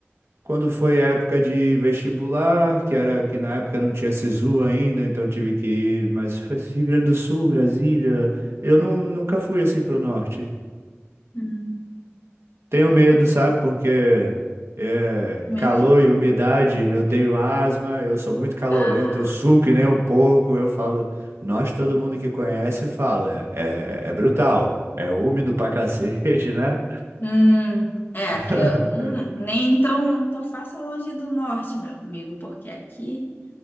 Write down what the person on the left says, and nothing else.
Hum.
Meio.
Ah.
Hum, é,
aqui, eu- hum, nem então, então faça longe do norte, meu amigo, porque aqui,